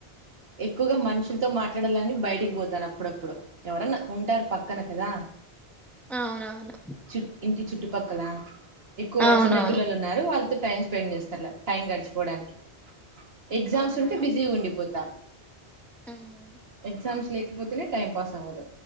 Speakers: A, on the right (about 65°); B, in the centre.
A: ఎక్కువగా మనుషులతో మాట్ కట్టడలన్నీ బయటికి పోతాను అప్పుడప్పుడు ఎవరన్నా ఉంటారు పక్కన కదా
B: అవున అవును
A: చు ఇంటి చుట్పక్కలా ఎక్కువగా
B: అవునవును
A: చిన్న పిల్లలు ఉన్నారు వాళ్ళు టైమ్ స్పెండ్ చేస్తారు టైం గడిచిపోవడానికి ఎగ్జామ్స్
B: అవునా
A: ఉంటే బిజీగా ఉండిపోతాం
B: ఉమ్.
A: ఎజామ్స్ లే పతుిన టైం పాస్ ఆవదు